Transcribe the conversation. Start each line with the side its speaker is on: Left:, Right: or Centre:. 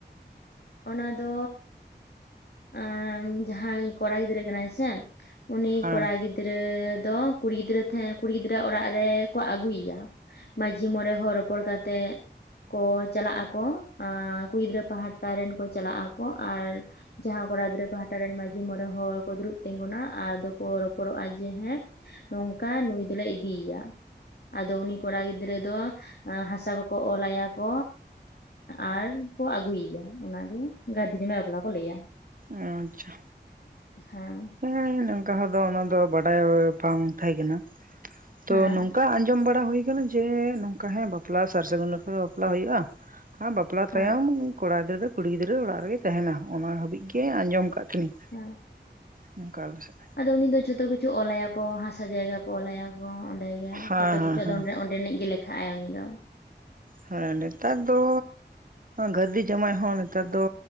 Left: ᱚᱱᱟ ᱫᱚᱻ ᱟᱸᱻ ᱡᱟᱦᱟᱸᱭ ᱠᱚᱲᱟ ᱜᱤᱫᱽᱨᱟᱹ ᱠᱟᱱᱟᱭ ᱥᱮ ᱩᱱᱤ
Right: ᱦᱮᱸ
Left: ᱠᱚᱲᱟ ᱜᱤᱫ ᱜᱤᱫᱽᱨᱟᱹ ᱫᱚ ᱠᱩᱲᱤ ᱜᱤᱫᱽᱨᱟᱹ ᱛᱟᱦᱮᱸ ᱠᱩᱲᱤ ᱜᱤᱫᱽᱨᱟᱹ ᱟᱜ ᱚᱲᱟᱜ ᱨᱮ ᱠᱚ ᱟᱹᱜᱩᱭᱮᱭᱟ ᱢᱟᱡᱷᱤ ᱢᱚᱬᱮ ᱦᱚᱲ ᱨᱚᱯᱚᱲ ᱠᱟᱛᱮᱜ ᱠᱚ ᱪᱟᱞᱟᱜ ᱟᱠᱚ ᱮ ᱠᱩᱲᱤ ᱜᱤᱫᱽᱨᱟᱹ ᱯᱟᱦᱴᱟ ᱨᱮᱱ ᱠᱚ ᱪᱟᱞᱟᱜ ᱟᱠᱚ ᱟᱨ ᱡᱟᱦᱟᱸ ᱠᱚᱲᱟ ᱜᱤᱫᱽᱨᱟᱹ ᱯᱟᱦᱴᱟ ᱨᱮᱱ ᱢᱺᱡᱷᱤ ᱢᱚᱬᱮ ᱦᱚᱲ ᱠᱚ ᱫᱩᱲᱩᱵ ᱛᱤᱸᱜᱩᱱᱟ ᱟᱫᱚ ᱠᱚ ᱨᱚᱯᱚᱲᱚᱜᱼᱟ ᱡᱮ ᱦᱮᱸ ᱱᱚᱝᱠᱟ ᱱᱩᱭ ᱫᱚᱞᱮ ᱤᱫᱤᱭᱮᱭᱟ ᱟᱫᱚ ᱩᱱᱤ ᱠᱚᱲᱟ ᱜᱤᱫᱽᱨᱟᱹ ᱫᱚ ᱦᱟᱥᱟ ᱠᱚᱠᱚ ᱚᱞ ᱟᱭᱟ ᱠᱚ ᱟᱨ ᱠᱚ ᱟᱹᱜᱩᱭᱮᱭᱟ ᱚᱱᱟᱜᱮ ᱜᱷᱟᱹᱨᱫᱤ ᱡᱟᱢᱟᱭ ᱵᱟᱯᱞᱟ ᱠᱚ ᱞᱟᱹᱭᱟ
Right: ᱟᱪᱪᱷᱟ
Left: ᱦᱮᱸ
Right: ᱦᱮᱸ ᱱᱚᱝᱠᱟ ᱦᱚᱲ ᱫᱚ ᱚᱱᱟ ᱫᱚ ᱵᱟᱰᱟᱭ ᱵᱟᱝ ᱛᱟᱦᱮᱸ ᱠᱟᱱᱟ ᱛᱚ
Left: ᱦᱮᱸ
Right: ᱱᱚᱝᱠᱟ ᱟᱸᱡᱚᱢ ᱵᱟᱲᱟ ᱦᱩᱭ ᱟᱠᱟᱱᱟ ᱡᱮ ᱡᱮ ᱱᱚᱝᱠᱟ ᱦᱮᱸ ᱵᱟᱯᱞᱟ ᱥᱟᱨ ᱥᱟᱹᱜᱩᱱ ᱞᱮᱠᱟ ᱵᱟᱯᱞᱟ ᱦᱩᱭᱩᱜᱼᱟ ᱵᱟᱯᱞᱟ
Left: ᱦᱮᱸ
Right: ᱛᱟᱭᱚᱢ ᱠᱚᱲᱟ ᱜᱤᱫᱽᱨᱟᱹ ᱫᱚ ᱠᱩᱲᱤ ᱜᱤᱫᱽᱨᱟᱹ ᱚᱲᱟᱜ ᱨᱮᱜᱮᱭ ᱛᱟᱦᱮᱱᱟ ᱚᱱᱟ ᱦᱟᱹᱵᱤᱡ ᱜᱮ ᱟᱸᱡᱚᱢ ᱟᱠᱟᱫ ᱛᱟᱸᱦᱮᱱᱤᱧ
Left: ᱦᱮᱸ
Right: ᱦᱮᱸ ᱚᱱᱠᱟ ᱟᱞᱮ ᱥᱮᱫ
Left: ᱟᱫᱚ ᱩᱱᱤ ᱫᱚ ᱡᱚᱛᱚ ᱠᱤᱪᱷᱩ ᱚᱞ ᱟᱭᱟ ᱠᱚ ᱦᱟᱥᱟ ᱡᱟᱭᱜᱟ ᱠᱚ ᱚᱞ ᱟᱭᱟ ᱠᱚ ᱚᱸᱰᱮ ᱜᱮ
Right: ᱦᱮᱸ
Left: ᱡᱚᱛᱚ ᱠᱤᱪᱷᱩ
Right: ᱦᱮᱸ
Left: ᱟᱫᱚ
Right: ᱦᱮᱸ
Left: ᱚᱸᱰᱮ ᱚᱸᱰᱮᱱᱤᱡ ᱜᱮ ᱞᱮᱠᱷᱟᱜ-ᱟᱭ ᱩᱱᱤ ᱫᱚ
Right: ᱦᱮᱸ ᱱᱮᱛᱟᱨ ᱫᱚ ᱜᱟᱹᱨᱫᱷᱤ ᱡᱟᱣᱟᱭ ᱦᱚᱸ ᱱᱮᱛᱟᱨ ᱫᱚ